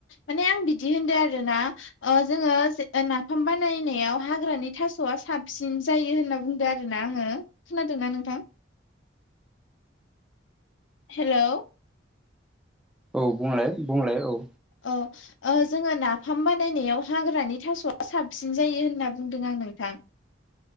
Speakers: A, on the left (about 80°); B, in the centre.
A: माने आं बिदि होनदों आरोना जोङो नाफाम बानायनायाव हाग्रानि थास'आ साबसिन जायो होनना बुंदो आरो ना। आङो खोनादोंना नोंथां? हेलौ?
B: औ बुंलाय बुंलाय औ।
A: औ जोङो नाफाम बानायनायाव हाग्रानि थास'आ साब सिन जायो होनना बुंदों आं नोंथां।